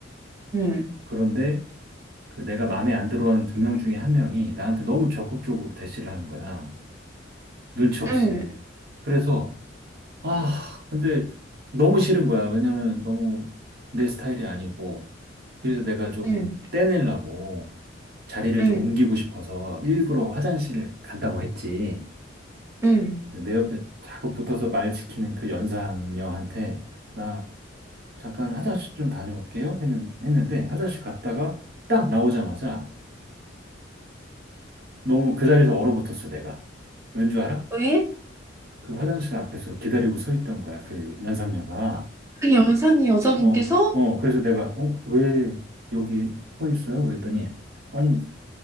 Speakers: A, on the right (about 15°); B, on the right (about 55°).
A: 응,
B: 그런데 그 내가 마음에 안 들어 한 두 명 중에 한 명이 나한테 너무 적극적으로 대시를 하는 거야. 눈치 없이.
A: 응,
B: 그래서, 아, 근데 너무 싫은 거야. 왜냐면 너무 내 스타일이 아니고. 그래서 내가 조금
A: 응,
B: 떼내려고 자리를
A: 응,
B: 좀 옮기고 싶어서 일부러 화장실을 간다고 했지.
A: 응.
B: 내 옆에 자꾸 붙어서 말 시키는 그 연상녀한테 나 잠깐 화장실 좀 다녀올게요. 했는, 했는데 화장실 갔다가 딱 나오자마자 너무 그 자리에서 얼어붙었어, 내가. 왠 줄 알아?
A: 왜?
B: 그 화장실 앞에서 기다리고 서 있던 거야, 그 연상녀가.
A: 그 영상이 여자분께서
B: 어, 어, 그래서 내가, 어, 왜 여기 서 있어요? 그랬더니, 아니,